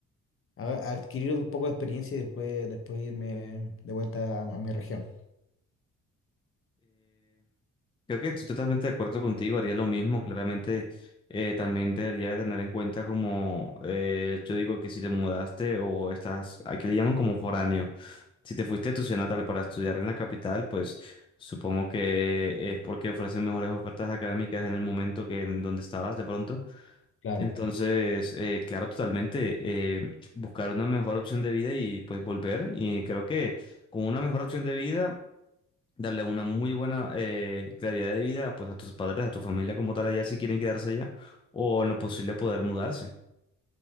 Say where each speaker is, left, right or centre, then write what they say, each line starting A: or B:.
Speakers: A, on the left; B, on the left.
A: haga- adquirir un poco de experiencia y después, después irme de vuelta a a mi región.
B: Creo que estoy totalmente de acuerdo contigo, haría lo mismo, claramente eh, también debería tener en cuenta como eh, yo digo que si te mudaste o estás, aquí le llaman como foráneo, si te fuiste a tu ciudad natal para estudiar en la capital, pues supongo que es porque ofrecen mejores ofertas académicas en el momento que en donde estabas de pronto.
A: claro
B: Entonces, eh, claro, totalmente, eh, buscar una mejor opción de vida y pues volver y creo que con una mejor opción de vida darle una muy buena eh, calidad de vida pues a tus padres, a tu familia como tal allá si quieren quedarse allá o en lo posible poder mudarse.